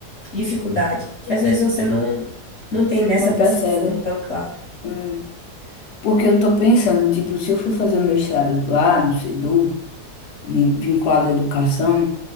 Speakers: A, on the left; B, on the left.
A: dificuldade, que às vezes você não, não tem nessa
B: Não
A: percepção
B: percebe?
A: tão clara.
B: Hum. Porque eu tô pensando, tipo, se eu for fazer o mestrado lá no SEDU, né, vinculado à educação,